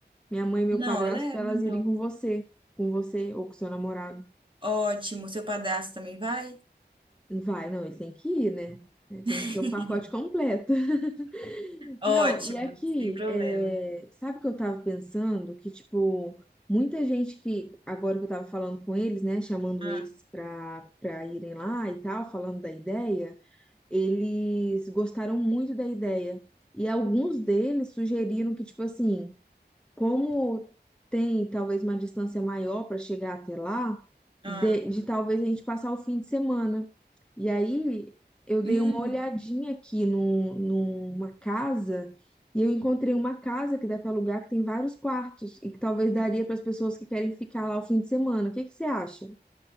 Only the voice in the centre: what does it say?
minha mãe e meu
padrasto,
pra elas
irem com você, com você ou com seu namorado.
Vai, não, ele tem que ir, né? É, Tem
que ser o pacote completo. <laughs>
Não, e aqui,
é, sabe o que eu tava pensando? Que, tipo, muita gente que, agora que eu tava falando com eles, né, chamando
eles pra, pra irem lá e tal, falando da ideia, eles gostaram muito da ideia. E alguns deles sugeriram que, tipo assim, como tem talvez uma distância maior para chegar até lá
de, de talvez a gente passar o fim de semana. E aí eu dei
uma olhadinha aqui no, numa casa e eu encontrei uma casa que dá para alugar que tem vários quartos e que talvez daria para as pessoas que querem ficar lá o fim de semana. O que que você acha?